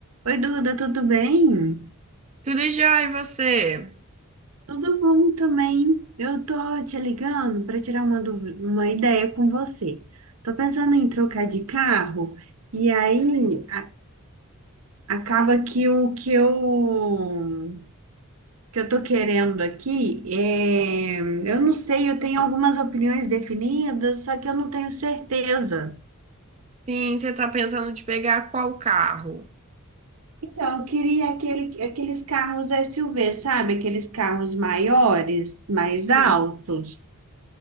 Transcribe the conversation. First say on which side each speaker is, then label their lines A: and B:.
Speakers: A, on the right; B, on the right.
A: Oi, Duda, tudo bem?
B: Tudo já, e você?
A: Tudo bom também. Eu tô te ligando para tirar uma, dúvida- uma ideia com você. Tô pensando em trocar de carro e aí a- acaba que o que eu que eu tô querendo aqui é, eu não sei, eu tenho algumas opiniões definidas, só que eu não tenho certeza.
B: Sim, você tá pensando de pegar qual carro?
A: Então, eu queria aquele, aqueles carros SUV, sabe? Aqueles carros maiores, mais altos.
B: Sim.